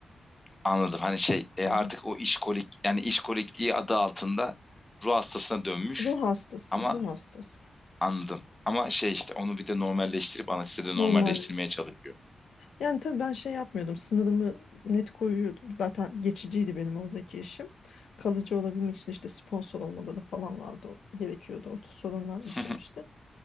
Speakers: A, on the left; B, on the left.
A: Anladım. Hani şey e,
B: Anladım.
A: artık o işkolik yani işkolikliği adı altında ruh hastasına dönmüş
B: Ruh hastası,
A: ama
B: ruh hastası.
A: anladım. Ama şey işte onu bir de normalleştirip anestezide
B: Normalde
A: normalleştirmeye çalışıyor.
B: Yani tabii ben şey yapmıyordum. Sınırımı net koyuyordum. Zaten geçiciydi benim oradaki işim. Kalıcı olabilmek için işte sponsor olmaları falan vardı. o- Gerekiyordu. O sorunlar yaşamıştı.
A: Hı hı.